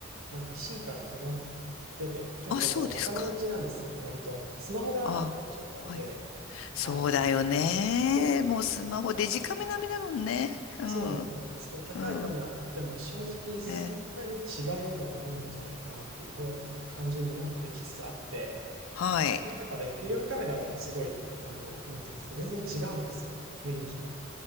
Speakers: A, on the right; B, on the left.
A: う、なんか進化が止まってて、結構もう頭打ちなんですよね、
B: あ、そうですか。
A: 割と。スマホが出ちゃったんで、
B: ああ、はい。そうだよね。
A: あの、そうなんですよね。
B: もうスマホデジカメ並みだもんね。
A: だから、
B: うん、
A: そうなんですよ。なんかすごい高いカメラ買っても、
B: うん。
A: 正直そんなに違いがもうないんじゃないかなっていう、
B: え、
A: この感じになってきつつあって、
B: はい。
A: その中でフィルムカメラだとすごい、あの、なんていうんですか、全然違うんですよね、雰囲気が。